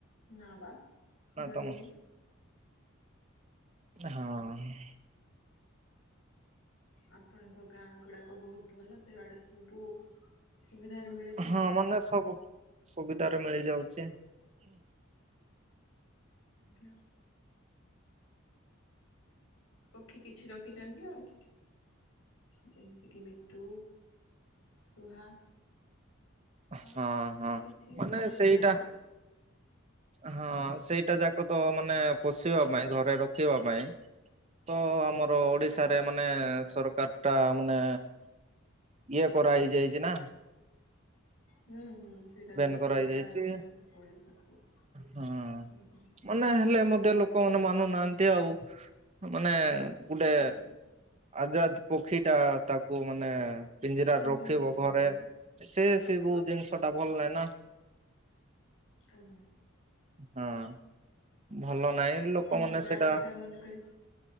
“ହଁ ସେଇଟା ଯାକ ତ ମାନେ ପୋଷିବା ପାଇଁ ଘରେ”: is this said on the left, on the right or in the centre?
Right